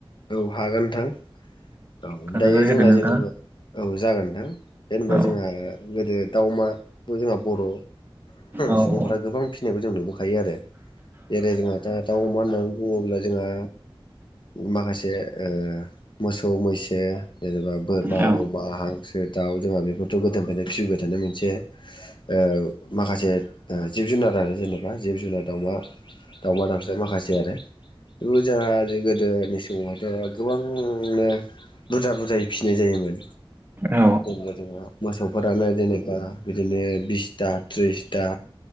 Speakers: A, on the left; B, on the right.
A: औ हागोन नोंथां औ
B: खोन्थानानै
A: दायो जोंहा
B: होदो नोंथाङा
A: जेनेबा औ जागोन नोंथां जेनेबा
B: औ
A: जोंहा गोदो दाउ अमा खौ जोंहा बर'
B: औ
A: सुबुंफ्रा
B: औ
A: गोबां फिसिनायखौ जों नुबोखायो आरो जेरै जोंहा दा दाउ अमा होननानै बुङोब्ला जोंहा माखासे ओ मोसौ मैसो जेनेबा बोरमा
B: औ
A: अमा हांसो दाउ जोंहा बेफोरथ गोदोनिफ्रायनो फिबोबाय थानो मोन मोनसे ओ माखासे जिब जुनार आरो जेनेबा जिब जुनार दाउमा दाउमा दाउसा माखासे आरो बे जोंहा गोदोनि समावथ' गोबांनो बुरजा बुरजायै फिसिनाय जायोमोन
B: औ
A: जेन जोंहा मोसौफोरानो जेनेबा बिदिनो बिसथा थ्रिसथा